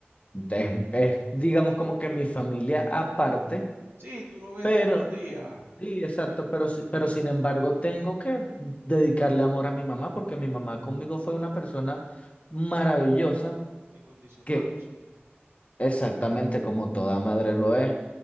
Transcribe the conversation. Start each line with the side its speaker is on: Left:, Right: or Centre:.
Left: entonces es, digamos, como que mi familia aparte,
Right: Sí, tú lo ves
Left: pero,
Right: todos los días.
Left: sí, exacto,
Right: Bueno,
Left: pero, si- pero sin embargo tengo que dedicarle amor a mi mamá, porque mi mamá conmigo fue una persona maravillosa,
Right: incondicional,
Left: que
Right: por supuesto.
Left: exactamente como toda madre lo es